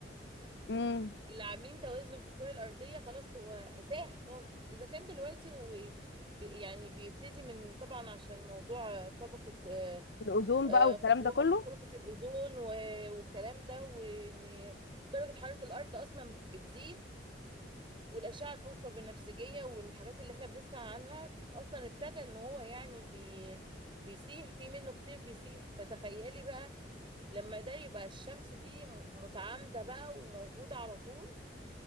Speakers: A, on the left; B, on the right.
A: مم.
B: اللي عاملين توازن في الكرة الأرضية خلاص هو ساح خالص إذا كان دلوقتي هو بي- يعني بيبتدي من طبعا عشان موضوع طبقة آه،
A: الأوزون
B: آه،
A: بقى والكلام
B: اللي
A: ده
B: هو
A: كله
B: طبقة الأوزون و- والكلام ده وإن درجة حرارة الأرض أصلا بتزيد والأشعة الفوق البنفسجية والحاجات اللي احنا بنسمع عنها أصلا ابتدى إن هو يعني بي بيسيح في منه كتير بيسيح فتخيلي بقى لما ده يبقى الشمس دي م- متعامدة بقى وموجودة على طول